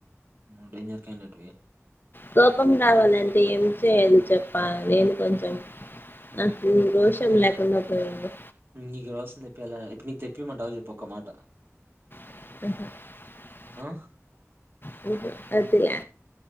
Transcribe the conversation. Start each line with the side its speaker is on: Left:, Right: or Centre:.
Right: నూ డేంజర్ కాండిడేట్వీ
Left: కోపం రావాలంటే ఏం చేయాలి చెప్ప నేను కొంచెం నాకు రోషన్ లేకుండా పోయాడు
Right: నీకు రోషం తెప్పియాలా ఇప్పుడు నీకు తెప్పిమంటవ చెప్పు ఒక్క మాట
Left: <inaudible>
Right: ఆ
Left: హ అద్దులే